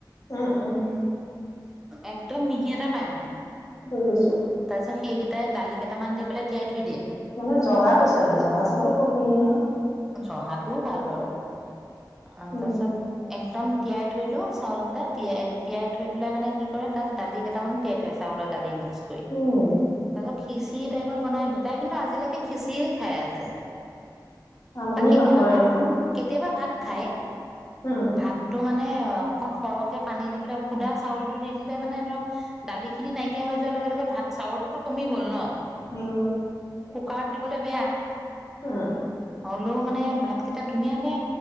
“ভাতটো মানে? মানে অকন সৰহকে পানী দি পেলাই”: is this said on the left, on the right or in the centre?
Centre